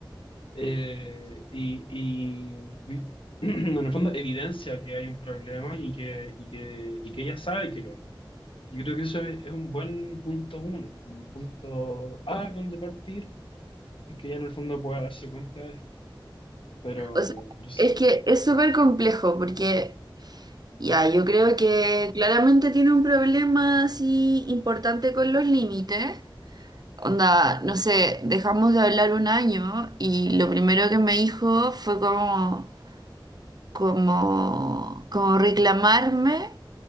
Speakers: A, on the left; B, on the right.
A: eh, y, y y <clears throat> en el fondo evidencia que hay un problema y que, y que, y que ella sabe que lo hay. Yo creo que eso es, es un buen punto uno, un punto A donde partir, es que ya en el fondo pueda darse cuenta de esto, pero,
B: O sea,
A: pero es,
B: es que es súper complejo porque ya, yo creo que claramente tiene un problema así importante con los límites. Onda, no sé, dejamos de hablar un año y lo primero que me dijo fue como, como, como reclamarme